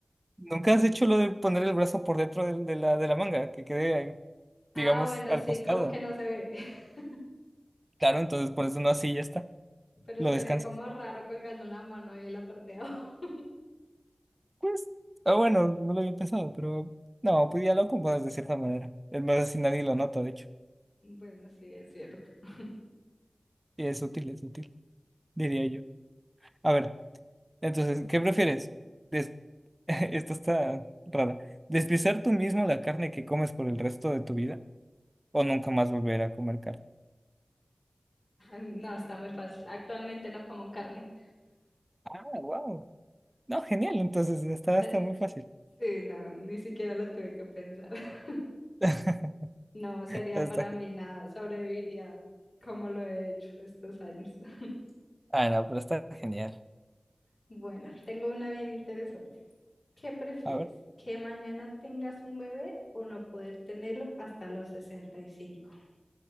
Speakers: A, on the right (about 20°); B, on the left (about 75°).
A: nunca has hecho lo de poner el brazo por dentro del- de, la, de la manga, que quede, ahí,
B: Ah,
A: digamos,
B: bueno,
A: al
B: sí,
A: costado.
B: como que no se ve. <laughs>
A: Claro, entonces por eso no así ya está,
B: Pero
A: lo
B: sería
A: descansas.
B: como raro colgando la mano ahí en la parte de abajo. <laughs>
A: Pues, ah, bueno, no lo había pensado, pero no, pues ya lo acomodas de cierta manera. Es más, así nadie lo nota, de hecho,
B: Bueno, sí, es cierto. <laughs>
A: y es útil, es útil, diría yo. A ver, entonces, ¿qué prefieres? <laughs> esto está rara. ¿Despiezar tú mismo la carne que comes por el resto de tu vida o nunca más volver a comer carne?
B: No, está muy fácil. Actualmente no como carne.
A: Ah, wow. No, genial. Entonces está,
B: Es-
A: está muy fácil.
B: sí, no, ni siquiera lo tuve que pensar. <laughs>
A: <laughs>
B: No, sería
A: Está
B: para
A: genial.
B: mí nada. Sobreviviría como lo he hecho estos años. <laughs>
A: Ah, no, pero está genial.
B: Bueno, tengo una bien interesante. ¿Qué prefieres?
A: A ver.
B: ¿Que mañana tengas un bebé o no poder tenerlo hasta los sesenta y cinco